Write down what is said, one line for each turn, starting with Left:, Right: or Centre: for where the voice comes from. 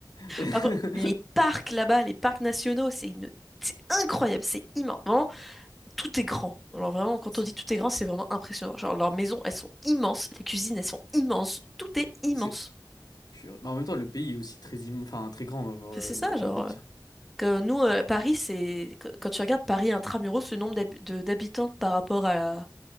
Left: <laughs>
Centre: Par contre, les parcs là-bas, les parcs nationaux, c'est une... c'est incroyable, c'est immense. Vraiment, tout est grand. Alors vraiment, quand
Left: Ça
Centre: on dit
Left: te-
Centre: tout est grand, c'est vraiment impressionnant. Genre, leurs maisons, elles sont immenses, les cuisines, elles sont immenses, tout est immense.
Left: C'est... Purée. Mais en même temps, le pays est aussi très, im- enfin, très grand, genre,
Centre: Enfin,
Left: euh,
Centre: C'est ça,
Left: j'ai
Centre: genre...
Left: envie de
Centre: euh,
Left: dire.
Centre: Que nous, euh, Paris, c'est... que- Quand tu regardes Paris intramuros, ce nombre d'hab- de- d'habitants par rapport à la...